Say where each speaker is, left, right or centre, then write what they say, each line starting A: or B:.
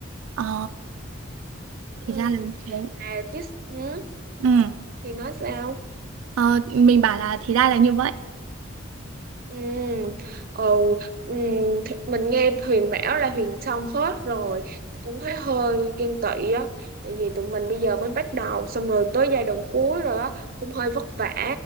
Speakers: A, on the right; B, on the right.
A: Ờ, thì
B: ừ
A: ra là như thế.
B: Therapist ừ,
A: Ừ.
B: Huyền nói sao
A: Ờ, mình bảo là thì ra là như vậy.
B: ừ, ừ, ừ thì mình nghe Huyền bảo là Huyền xong hết rồi cũng thấy hơi ghen tị á tại vì tụi mình bây giờ mới bắt đầu xong rồi tới giai đoạn cuối rồi á cũng hơi vất vả